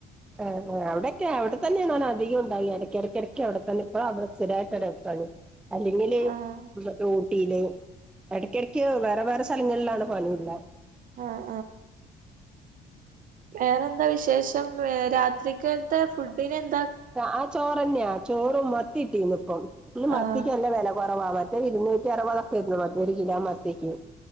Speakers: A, in the centre; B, on the right.
A: ആഹ് ആഹ് അവിടെക്ക്യാ അവിടെ തന്നെയാണ് ഞാനധികം ഉണ്ടാവ്വാ എടക്കെട‌ക്കെടക്ക് അവിടെ തന്നിപ്പൊ അവ്ടെ സ്ഥിരായിട്ട് ട്ടാണ് അല്ലെങ്കിലെങ്ങട്ട്
B: ആഹ്
A: പോന്ന് ട്ടീന് എടക്കെടക്ക് വേറെ വേറെ സ്ഥലങ്ങള്ലാണ് പണിയ്ള്ളേ
B: ആഹ് വേറെ എന്താ വിശേഷം ഏഹ് രാത്രിക്കൽത്തെ ഫുഡിനെന്താ
A: ആഹ് ആഹ് ചോറന്യാ ചോറും മത്തി കിട്ടീന്പ്പം ഇന്ന് മത്തിക്ക്നല്ല
B: ആഹ്
A: വെല കൊറവാമറ്റ് റ്റെഇരുന്നൂറ്റി അറുപതക്കെ ആരുന്നു മത്തി ഒരു കിലോ മത്തിക്ക്